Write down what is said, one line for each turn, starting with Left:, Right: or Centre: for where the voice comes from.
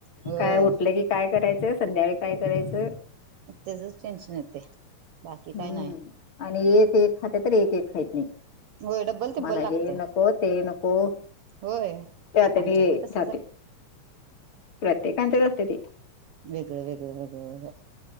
Right: होय
Left: काय उठलं की काय करायचं, संध्याकाळी काय करायचं.
Right: तेजच टेन्शन येतेय बाकी
Left: हम्म
Right: काय नाय.
Left: आणि एक एक खाते तर एक एक खाईत नाहीत.
Right: होय डब्बल तिब्बल
Left: मला
Right: लागते
Left: हे नको ते नको.
Right: होय
Left: त्या <unintelligible>
Right: आमच्यात बी तसच
Left: जाते
Right: आहे
Left: प्रत्येकांचेच असते ते.
Right: वेगळं वेगळं वेगळं वेगळं